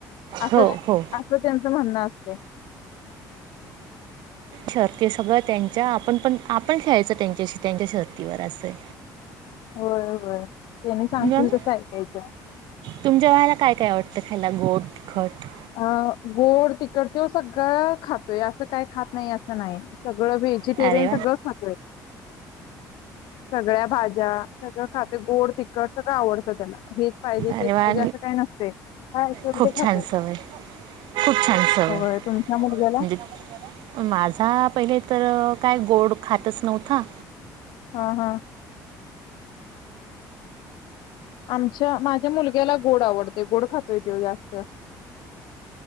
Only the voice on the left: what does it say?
अस
असं
त्यांचं म्हणणं असत. ह
होय, होय त्यांनी सांगतील
तसं ऐकायचं.
अ, गोड- तिखत तो सगळं खातोय असं काय खात नाही असं नाही! सगळं व्हेजिटेरियन
सगळं खातोय. सगळ्या भाज्या- सगळं खातय गोड- तिखट सगळं आवडतं त्याला हे पाहिजे
तेच
पाहिजे असं काही नसतय काय असल
ते
खातोय.
होय तुमच्या मुलग्याला
हा हा आमच्या माझ्या मुलग्याला गोड आवडते. गोड खातोय तो जास्त.